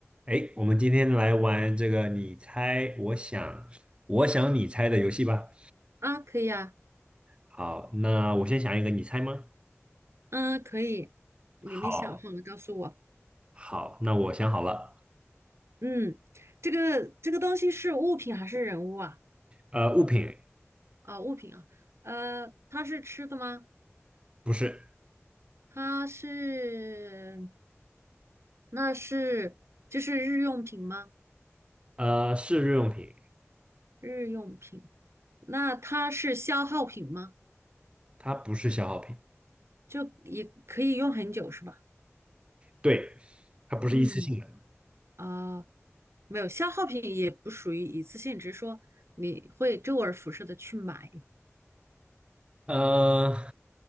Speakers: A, on the right (about 20°); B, on the right (about 60°).
A: 哎，我们今天来玩这个你猜我想，我想你猜的游戏吧。
B: 啊，可以啊，
A: 好，那我先想一个，你猜吗？
B: 嗯，可以，你你想好了告诉我。
A: 好，好，那我想好了。
B: 嗯，这个这个东西是物品还是人物啊？
A: 呃，物品
B: 啊，物品啊，呃，它是吃的吗？
A: 不是，
B: 它是，那是就是日用品吗？
A: 呃，是日用品，
B: 日用品，那它是消耗品吗？
A: 它不是消耗品，
B: 就也可以用很久是吧？
A: 对，它不是一次性的。
B: 嗯，啊，没有，消耗品也不属于一次性，只是说你会周而复始的去买。
A: 呃，